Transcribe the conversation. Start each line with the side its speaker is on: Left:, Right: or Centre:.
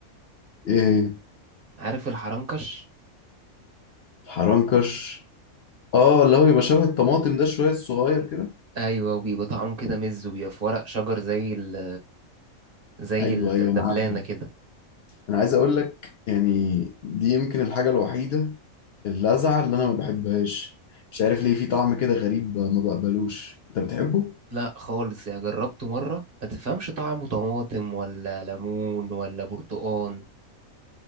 Left: ايه هي
Right: عارف الحرنكش
Left: الحرنكش اه اللي هو بيبقى شبه الطماطم ده شويه الصغير كده
Right: ايوه وبيبقى طعمه كده مز وبيبقى في ورق شجر زي ال زي
Left: ايوه
Right: الدبلانه
Left: ايوه انا عارفه
Right: كده
Left: انا عايز اقول لك يعني دي يمكن الحاجه الوحيده اللذعة اللي أنا ما بحبهاش مش عارف ليه في طعم كده غريب ما بقبلوش أنت بتحبه؟
Right: لا خالص يا جربته مرة ما تفهمش طعمه طماطم ولا ليمون ولا برتقان